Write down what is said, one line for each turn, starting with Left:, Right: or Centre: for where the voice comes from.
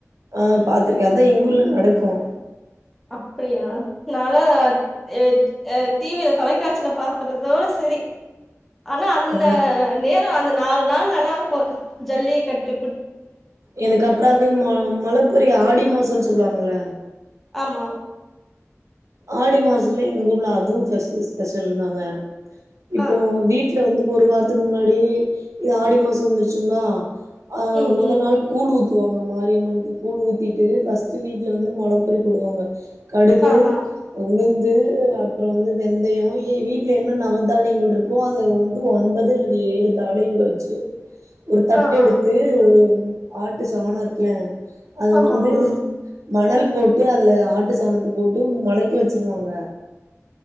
Right: ஆஹ் பாத்திருக்கேன் அதான் எங்க ஊர்ல நடக்கும்
Centre: அப்படியா நாலா அ அ டீவில தொலைக்காட்சியில பாக்குறதோட செரி ஆனா அந்த
Right: ஆ
Centre: நேரம் அந்த நாலு அதனால நல்லா இருக்கும் ஜல்லி கட்டு
Right: எனக்கு அப்புறோ அது மல மலபுரிய ஆடி மாசம்ன்னு சொல் சொல்லுவாங்கள
Centre: ஆமா
Right: ஆடி மாசத்துல எங்க ஊர்ல அதுவும் ஸ்பெஷ. ஸ்பெஷல் தாங்க இப்போ
Centre: ஆ
Right: வீட்டுல வந்து ஒரு வாரத்துக்கு முன்னாடியே இது ஆடி மாசம் வந்துருச்சுங்களா ஆஹ்
Centre: ம்
Right: மொத
Centre: ம்
Right: நாள் கூழ் ஊ ஊத்துவாங்க மாரியம்மனுக்கு கூழ் ஊத்திட்டு பர்ஸ்ட் வீட்டுல வந்து மலைப்பரி போடுவாங்க கடு
Centre: ஆஹ் ஆஹ்
Right: உளுந்து அப்பறோ வந்து வெந்தய வீட்டுல என்ன நவவதானியங்கள் இருக்கோ அது வந்து ஒன்பது அல்லது ஏழு தானியங்கள வச்சு ஒரு தட்டு
Centre: ஆ ஆ
Right: எடுத்து ஒரு ஆட்டு சாண இருக்கல அது
Centre: ஆமா
Right: வந்து
Centre: ஆமா
Right: மணல் போட்டு அதுல ஆட்டு சாணத்து போட்டு மொளைக்கி வச்சிருவாங்க